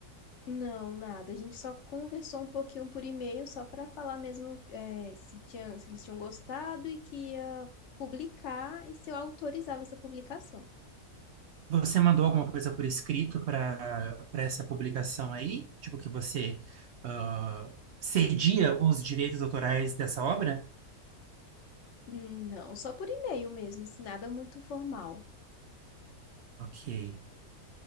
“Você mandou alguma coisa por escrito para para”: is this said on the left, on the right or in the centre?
Right